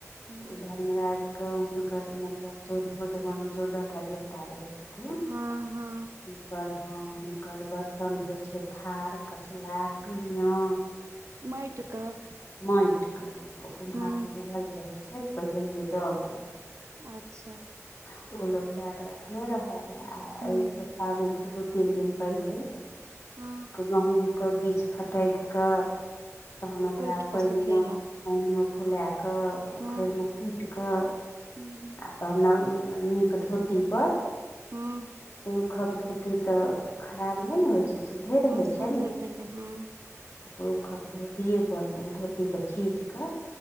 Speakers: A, on the right; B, on the left.
A: हूॅं।
B: तऽ धर्मराज त हुनकर मतलब, चौदहो देवान, चौदह टा देवता रहै छथिन। हुनकर,
A: हँ हँ
B: हाॅं हुनकर बर्तन होइ छै, थार, कसला, टुनिआ
A: माटि कऽ
B: माटिके, ओ कुम्हारके
A: हूँ
B: बुझल रहै छथि, पहिलैए दऽ गेल।
A: अच्छा।
B: तऽ ओ लोक लए कऽ रखने रहल, आ
A: हूँ
B: एहिसे पाबैनसे दू तीन दिन पहिले।
A: हूॅं।
B: गहूमके, बीछ फटैकिकऽ तहन ओकरा
A: कुटि कऽ
B: पइनमे,
A: सुखेलक
B: पइनमे फुलाकऽ, उखरिमे
A: हँ
B: कुट कऽ
A: हूँ
B: आ तहन नब नीक धोतीपर
A: हँ
B: पुरुखक धोती तऽ खाराब नहि ना होइ छै शुद्धे रहै
A: हँ शुद्ध
B: छै ने
A: भेलै हँ।
B: पुरुषक धोतिएपर ओ धोतीके खीच कऽ